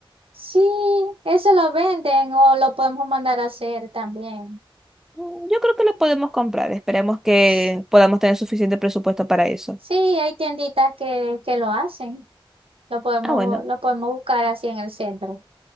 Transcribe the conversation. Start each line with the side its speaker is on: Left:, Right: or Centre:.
Right: Sí, eso lo venden o lo podemos mandar a hacer también.
Centre: Mm, Yo creo que lo podemos comprar. Esperemos que
Right: S-
Centre: podamos tener suficiente presupuesto para eso.
Right: Sí, hay tienditas que, que lo hacen. Lo podemos,
Centre: Ah, bueno.
Right: lo podemos buscar así en el centro.